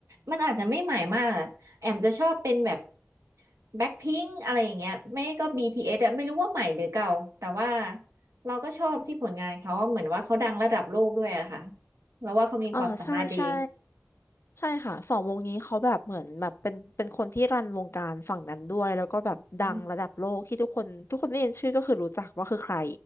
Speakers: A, on the right (about 90°); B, on the left (about 60°).
A: มันอาจจะไม่ใหม่มากอะแอมจะชอบเป็นแบบแบ็คพิงค์อะไรอย่างเงี้ยไม่ก็ BTS อสอะไม่รู้ว่าใหม่หรือเก่าแต่ว่าเราก็ชอบที่ผลงานเขาเหมือนว่าเขาดังระดับโลกด้วยอะค่ะแล้วว่าเขามีความสามารถดี
B: อ่าใช่ใช่ใช่ค่ะสองวงนี้เขาแบบเหมือนแบบเป็นเป็นคนที่รันวงการฝั่งนั้นด้วยแล้วก็แบบดังระดับโลกที่ทุกคนทุกคนได้ยินชื่อก็คือรู้จักว่าคือใคร
A: อืม